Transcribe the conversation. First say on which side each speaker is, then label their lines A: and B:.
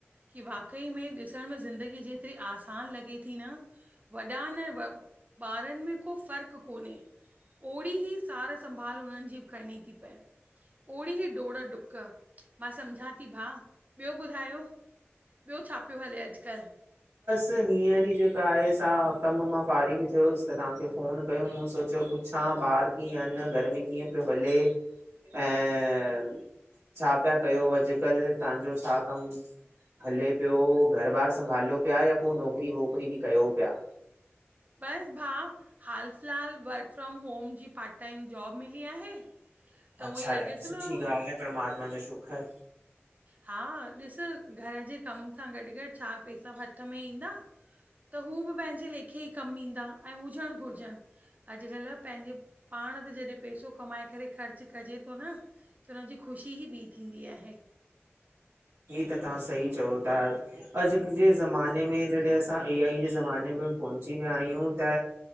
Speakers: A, on the right; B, on the right.
A: की वाकई में ॾिस ॾिस्ण में ज़िंदगी जेतिरी आसानु लॻे थी न वॾा न व ॿारनि में को फ़र्क़ु कोन्हे। ओड़ी ई सार संभाल उन्हनि जी करणी थी पए ओहिड़ी ही डोड़ डुक मां सम्झा थी भा, ॿियो ॿुधायो ॿियो छा पियो हले अॼुकल्ह।
B: त हींअर ई जेका आहे सा कम मां फारिख थियो वस त तव्हांखे फ़ोन कय मूं सोचियो पुछां ॿार कीअं अन गर्मी कीअं पियो हले ऐं छा पिया कयो अॼुकल्ह तव्हांजो छा कमु हले ॿियो घर बार संभालियो पिया या को नौकिरी वोकिरी बि कयो पिया?
A: बस भाउ हालु फ़िलहालु वर्क फ्रॉम होम जी पार्ट टाइम जॉब मिली आहे। त उहो
B: अच्छा
A: ई लॻे
B: ॾाडी
A: थो
B: सुठी
A: न
B: ॻाल्हि आहे परमात्मा जो शखर
A: हा ॾिस घर जे कम सां गॾु गॾु चारि पैसा हथ में ईंदा त हू बि पंहिंजे लेखे ई कमु ईंदा ऐं हुजण घुरिजनि। अॼुकल्ह पंहिंजे पाण त जॾहिं पैसो कमाए करे ख़र्चु कजे थो न त हुन जी ख़ुशी ही ॿी थींदी आहे।
B: हीअ त तव्हां सही चओ था, अॼु जे ज़माने में जॾहिं असां ए आई जे ज़माने में में पोहुची विया आहियूं त